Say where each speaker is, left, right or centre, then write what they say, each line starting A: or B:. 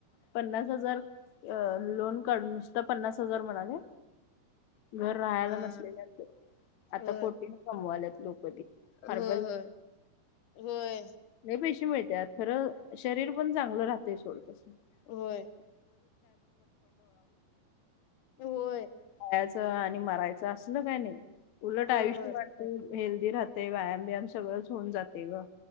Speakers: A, on the left; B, on the left.
A: पन्नास हजार अ लोन काढ नुसत पन्नास हजार म्हणाले घर राहायला
B: हा
A: नसलेल्यांत आता
B: होय
A: कोटी न कमवाल्यात लोकती. हर्बल
B: होय होय होय
A: लई पेशे मिळत्यात खरं शरीर पण चांगलं राहतंय सोडतस.
B: होय!
A: <unintelligible>
B: होय होय
A: खायचं आणि मरायचं असल काय नाही उलट
B: होय
A: आयुष्य वाट हेल्दी राहतय व्यायाम बियाम सगळच होऊन जातय ग